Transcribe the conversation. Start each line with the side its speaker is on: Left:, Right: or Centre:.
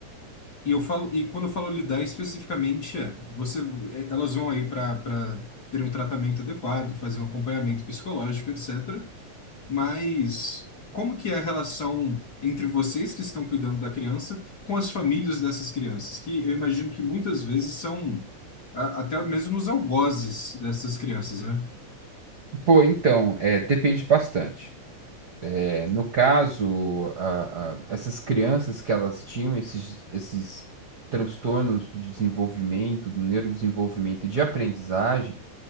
Left: E eu falo, e quando eu falo lidar especificamente, é, você, é, elas vão aí para para ter um tratamento adequado, fazer um acompanhamento psicológico, etc. Mas como que é a relação entre vocês que estão cuidando da criança com as famílias dessas crianças, que eu imagino que muitas vezes são a- até mesmo os algozes dessas crianças, né?
Right: Pô, então, é, depende bastante. É, no caso, a- a- essas crianças que elas tinham esses, esses transtornos do desenvolvimento, do neurodesenvolvimento e de aprendizagem,